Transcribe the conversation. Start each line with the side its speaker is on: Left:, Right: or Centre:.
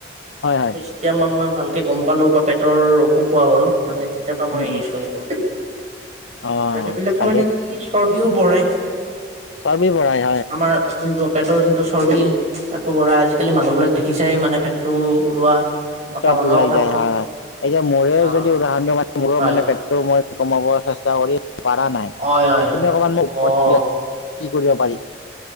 Left: হয়
Right: কিন্তু
Left: হয়
Right: যেতিয়া মই, মই ভালকে গম পালো বা পেটৰ অসুখ হোৱা হ'ল মানে তেতিয়াৰ পৰা মই
Left: উম
Right: এৰিছো,
Left: উম
Right: সটো
Left: অ
Right: আৰু সেইবিলাকে
Left: ভালেই
Right: মানে কি চৰ্বিও বঢ়ায়
Left: চৰৰ্ম বঢ়ায়
Right: আমাৰ <unintelligible> পেটৰ যোনটো চৰ্বি আাকো, বঢ়া আজিকালি মানুহবিলাক দেখিছাই মানে পেটটো ওলোৱা মতা
Left: পেট
Right: মানুহৰ
Left: ওলাই
Right: কথা
Left: যায়,
Right: কৈছো,
Left: হয়, হয়, এতিয়া মোৰে
Right: অ',
Left: যদি উদাহৰণ দি মানে মূৰ
Right: হয়,
Left: মানে পেট মই কমাব চেষ্টা কৰি পৰা নাই,
Right: হয়, হয়।
Left: তুমি অকণমান মোক
Right: অ',
Left: ওপৰত কি কৰিব পাৰি